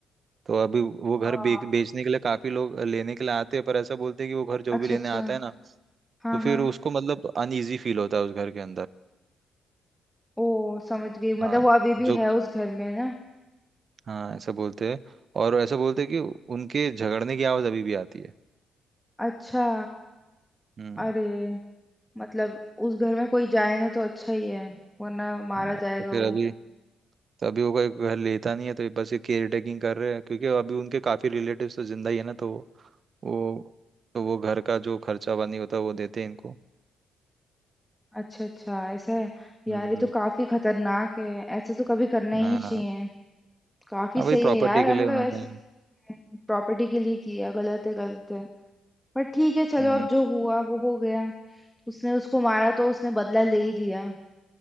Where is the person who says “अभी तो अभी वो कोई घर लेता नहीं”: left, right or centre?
Right